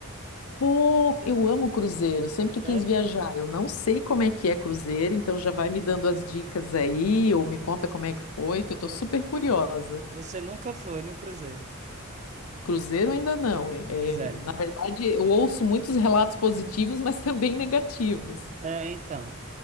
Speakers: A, on the left; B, on the right.
A: pô, eu amo cruzeiro, sempre
B: Sério?
A: quis viajar. Eu não sei como é que é cruzeiro, então já vai me dando as dicas aí, ou me conta como é que foi, que eu tô
B: Vo-
A: super curiosa.
B: Você nunca foi no cruzeiro?
A: Cruzeiro ainda não. É,
B: Pois é.
A: é, na verdade, eu ouço muitos relatos positivos, mas também negativos.
B: É, então,